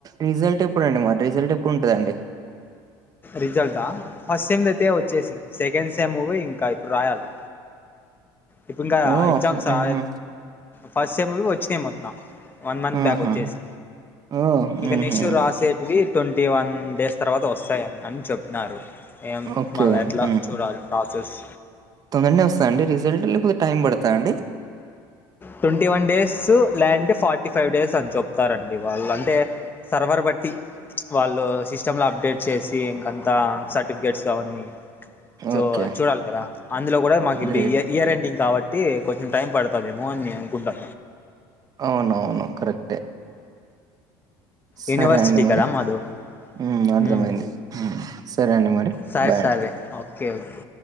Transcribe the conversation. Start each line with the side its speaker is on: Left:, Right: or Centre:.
Right: రిజల్ట్ ఎప్పుడండి మరి రిజల్ట్ ఎప్పుడుంటదండి
Left: రిజల్ట్ ఆ ఫస్ట్ సెమ్ దయితే వచ్చేసింది సెకండ్ సెమ్ ఇంకా ఇప్పుడు రాయాలి ఇప్పు ఇంకా
Right: ఓ
Left: ఎగజామ్స్
Right: అప్పుడు ఆహా
Left: ఆ ఫస్ట్ సెమ్ వచ్చినయి మొత్తం వన్ మంత్ బ్యాక్
Right: ఆహా
Left: వచ్చేసి
Right: ఓ
Left: ఇంక
Right: ఉహు
Left: నెస్ట్ రాసేటివి ట్వంటీ వన్ డేస్ తర్వాత వస్తాయని అని చెప్పినారు ఏం
Right: ఓకే
Left: మల్ల ఎట్లా
Right: హ్మ్.
Left: చూడాలి కాసెస్
Right: తొందరనే వస్తంద అండి రిజల్ట్ లేకపోతే టైం పడతాద అండి
Left: ట్వంటీ వన్ డేస్ లేదంటే ఫార్టీ ఫైవ్ డేస్ అని చెప్తారండి వాళ్ళు అంటే సర్వర్ బట్టి వాళ్ళు సిస్టమ్ లో అప్డేట్ చేసి ఇంక అంత సర్టిఫికేట్స్ క చో
Right: ఓకే.
Left: చూడాలి కదా అందులో కూడా మాకు ఇప్పుడు
Right: గ్రేట్.
Left: ఇ ఇయర్ ఎండింగ్ కాబట్టి అంటే కొంచెం టైం పడుతదేమో అని అనుకుంటా
Right: అవునవును కరెక్టే సరే
Left: యూనివర్సిటీ
Right: అండి మరి
Left: కదా మాదు
Right: ఉమ్ అర్థమైంది
Left: మ్మ్.
Right: ఉం సరే అండి మరి
Left: సరే
Right: బాయ్
Left: సరే
Right: అండి
Left: ఓకే ఓకే